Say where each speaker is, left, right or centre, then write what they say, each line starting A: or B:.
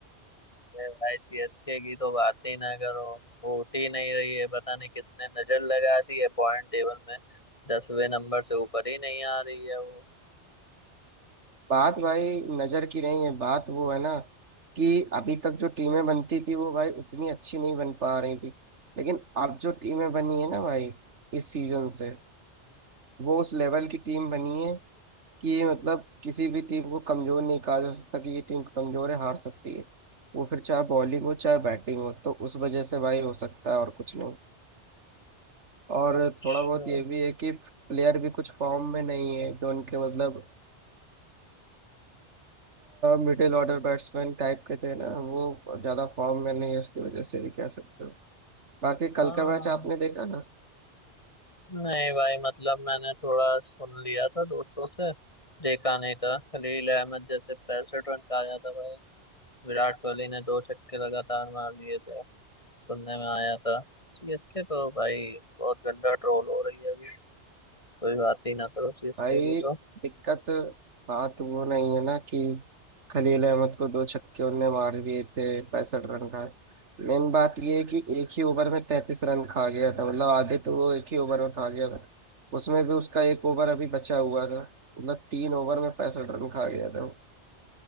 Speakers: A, on the left (about 30°); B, on the right (about 85°).
A: अरे भाई सीएसके की तो बात ही ना करो होट ही नहीं रही है पता नहीं किसने नजर लगा दी है पॉइंट टेबल में दसवें नंबर से ऊपर ही नहीं आ रही है वो
B: बात भाई नजर की नहीं है बात वो है ना कि अभी तक जो टीमें बनती थी वो भाई उतनी अच्छी नहीं बन पा रही थी लेकिन अब जो टीमें बनी है ना भाई इस सीजन से वो उस लेवल की टीम बनी है कि मतलब किसी भी टीम को कमजोर नहीं कहा जा सकता कि ये टीम कमजोर है हार सकती है वो फिर चाहे बॉलिंग हो चाहे बैटिंग हो तो उस वजह से भाई हो सकता है और कुछ नहीं और
A: अच्छा
B: थोड़ा बहुत ये भी है कि प्लेयर भी कुछ फॉर्म में नहीं है जो उनके मतलब मिडिल ऑर्डर बैट्समैन टाइप के थे ना वो ज्यादा फॉर्म में नहीं है उसकी वजह से भी कह सकते हो बाकी कल
A: हाँ
B: का मैच आपने देखा
A: नहीं भाई मतलब मैंने थोड़ा सुन लिया था दोस्तों से देखा नहीं था खलील अहमद जैसे पैंसठ रन का आया था भाई विराट कोहली ने दो छक्के लगातार मार दिए थे सुनने में आया था सीएसके तो भाई बहुत गंदा ट्रोल हो रही है अभी कोई बात ही ना करो सीएसके
B: भाई
A: की तो
B: दिक्कत बात वो नहीं है ना कि खलील अहमद को दो छक्के उनने मार दिए थे पैंसठ रन का मेन बात ये है कि एक ही ओवर में तैंतीस रन खा गया था मतलब आधे तो वो एक ही ओवर में खा गया था उसमें भी उसका एक ओवर अभी बचा हुआ था मतलब तीन ओवर में पैंसठ रन खा गया था वो।